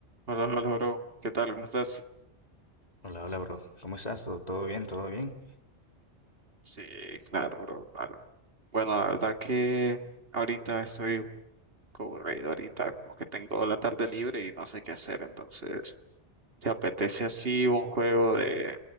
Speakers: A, on the right (about 55°); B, on the left (about 35°).
A: Hola, hola, bro. ¿Qué tal? ¿Cómo estás?
B: Hola, hola, bro. ¿Cómo estás? ¿Todo, todo bien? ¿Todo bien?
A: Sí, claro, bro, claro. Bueno, la verdad que ahorita estoy un poco aburrido, ahorita como que tengo la tarde libre y no sé qué hacer, entonces, ¿te apetece así un juego de,